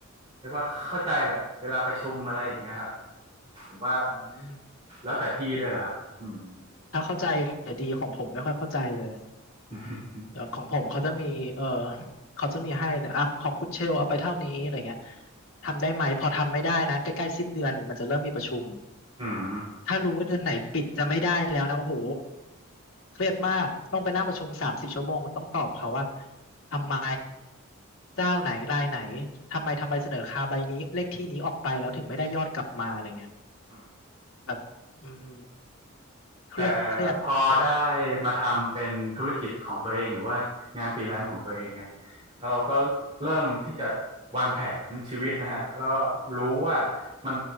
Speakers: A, on the right (about 25°); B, on the left (about 75°).
A: เรียกว่าเข้าใจแหละเวลาประชุมอะไรอย่างเงี้ยครับผมว่า
B: อืม
A: แล้วแต่ที่ด้วยแหละครับอืม
B: ถ้าเข้าใจดีของผมไม่ค่อยเข้าใจเลย
A: <laughs>
B: อย่างของผมเขาจะมีเออเขาจะมีให้แต่อ่ะของคุณเชลเอาไปเท่านี้อะไรเงี้ยทำได้ไหมพอทำไม่ได้นะใกล้ๆสิ้นเดือนมันจะเริ่มมีประชุม
A: อืม
B: ถ้ารู้ว่าเดือนไหนปิดจะไม่ได้แล้วนะโอ้โหเครียดมากต้องไปนั่งประชุมสามสี่ชั่วโมงต้องตอบเขาว่าทำไมเจ้าไหนรายไหนทำไมทำใบเสนอราคาใบนี้เลขที่นี้ออกไปแล้วถึงไม่ได้ยอดกลับมาอะไรเงี้ย
A: อืม
B: แบบอืมเครียดเครียด
A: แต่พอได้มาทำเป็นธุรกิจของตัวเองหรือว่างานฟรีแลนซ์ของตัวเองเนี่ยเราก็เริ่มที่จะวางแผนชีวิตนะฮะแล้วก็รู้ว่ามัน